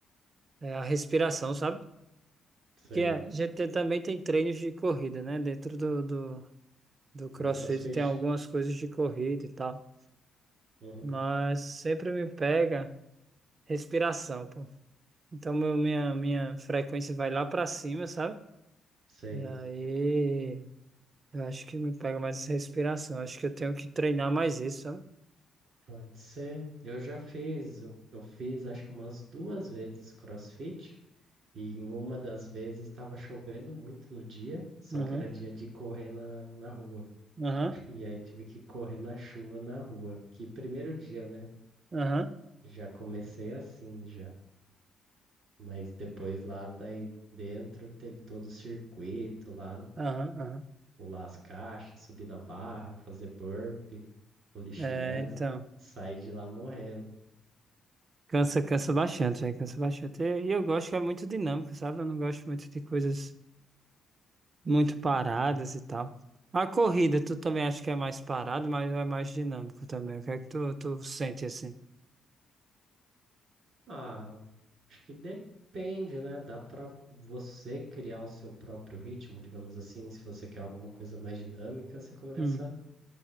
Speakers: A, on the right (about 40°); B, on the right (about 65°).
A: é, é a respiração, sabe?
B: sei,
A: Porque a gente tem- também tem treinos de corrida, né? Dentro do, do, do CrossFit
B: do CrossFit.
A: tem algumas coisas de corrida e tal.
B: Uhum.
A: Mas sempre me pega respiração, pô. Então meu, minha, minha frequência vai lá pra cima, sabe?
B: Sei.
A: E aí eu acho que me pega mais respiração. Acho que eu tenho que treinar mais isso, sabe?
B: Pode ser. Eu já fiz, eu fiz acho que umas duas vezes CrossFit. E em uma das vezes estava chovendo muito no dia, só
A: Uhum,
B: que era dia de correr na, na rua.
A: aham,
B: <laughs> E aí tive que correr na chuva na rua. Que primeiro dia, né?
A: aham,
B: Já comecei assim, já. Mas depois lá daí dentro teve todo o circuito lá,
A: aham, aham.
B: pular as caixas, subir na barra, fazer burpee, polichinela,
A: É, então.
B: sair de lá morrendo.
A: Cansa, cansa bastante, velho, cansa bastante. E e eu gosto que é muito dinâmico, sabe? Eu não gosto muito de coisas muito paradas e tal. A corrida, tu também acha que é mais parado, mas é mais dinâmico também. O que é que tu, tu sente assim?
B: Ah, acho que depende, né? Dá pra você criar o seu próprio ritmo, digamos assim, se você quer alguma coisa mais dinâmica, você começa
A: Hum.